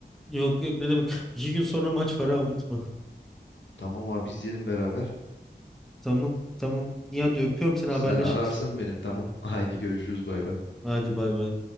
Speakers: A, in the centre; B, on the left.
A: Yok yok ne demek. İki gün sonra maç var ha unutma.
B: Tamam abi izleyelim beraber.
A: Tamam tamam. İyi hadi öpüyorum seni
B: Sen
A: haberleşiriz.
B: ararsın beni. Tamam. <laughs> Haydi görüşürüz bay bay.
A: Hadi bay bay.